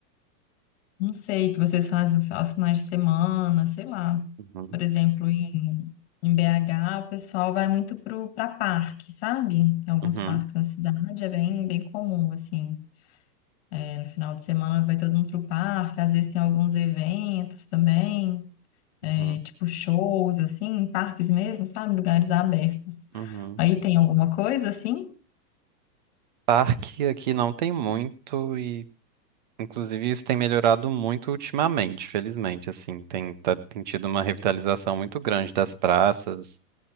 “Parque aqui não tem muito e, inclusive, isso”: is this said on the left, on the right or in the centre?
Right